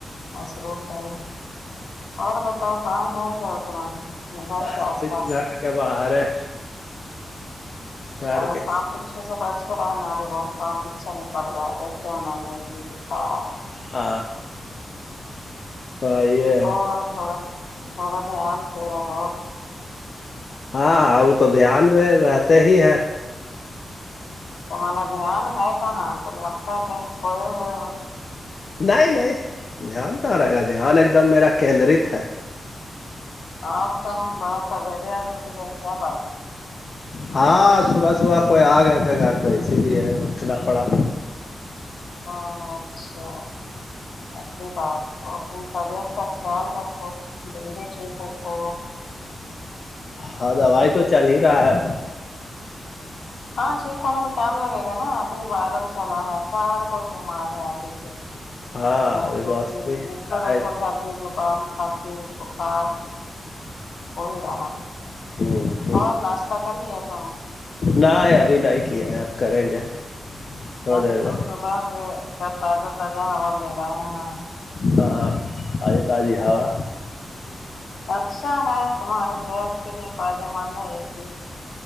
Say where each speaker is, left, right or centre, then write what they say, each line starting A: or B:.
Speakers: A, on the left; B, on the left.
A: مصروف ہو اور بتاؤ کہاں گھوم رہا ہو تم اب اپنے گھر
B: بس
A: کے آس
B: ابھی
A: پاس
B: تو گھر کے باہر ہے گھر
A: ارے
B: کے
A: سانپ بچھو سے بچ کر رہنا اب بہت سانپ پچھا نکل رہا ہے ابے پھر ان نے جو تارا
B: آ ہاں یہ
A: تو تھوڑا تھوڑا دھیان سے رہو
B: ہاں اب تو دھیان میں رہتے ہی ہیں
A: تمہارے دھیان ہے کہاں تم لگتا ہے کہیں کھوئے ہوئے ہو
B: نہیں نہیں دھیان کہا رہے گا دھیان ایک دم میرا کیندرت ہے
A: آپ تو بڑا سویرے آج اٹ گیا کیا بات
B: ہاں صبح صبح کوئی آ گیا تھے گھر پہ اسی لیے اٹھنا پڑا
A: ہاں اچھا ایسی بات تو اپنی طبیعت کا خیال رکھو جلدی ٹھیک اٹھو
B: ہاں دوائی تو چل ہی رہا ہے اب
A: ہاں ٹھیک ہونے میں ٹائم لگے گا نا ابھی وائرل چلا ہے باہر کوئی بیمار ہے ابھی سے
B: ہاں
A: اس میں
B: ابھی
A: کیونکہ
B: موسم ہی ایسا
A: جس کو دیکھو
B: ہے
A: سردی جو کام خاص ی بخار ہو ہی رہا ہے
B: ہمم
A: اور ناشتہ کر لیا تھا
B: نہ ھی ابھی نہیں کیا ہے اب کریں گے تھوڑا
A: اہلے
B: دیر
A: تو
B: میں
A: صبح سے کیا تازہ تازہ ہوا لے رہا ہے نا
B: ہاں تازی تازی ہوا
A: اچھا ہے تمہارے صحت کے لیے فائدے مند ہے یہ چیز